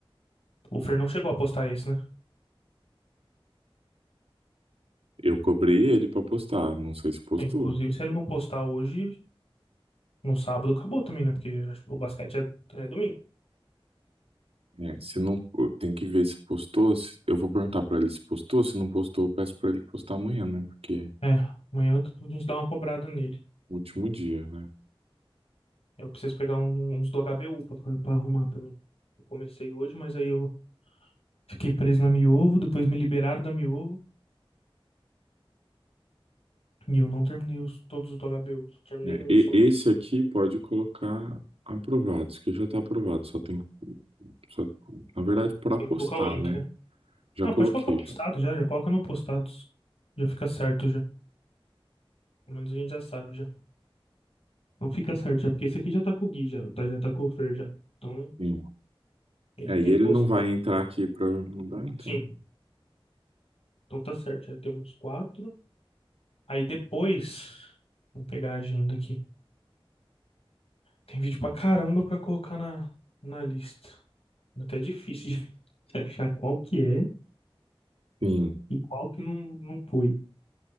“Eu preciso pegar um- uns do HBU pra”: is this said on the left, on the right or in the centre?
Left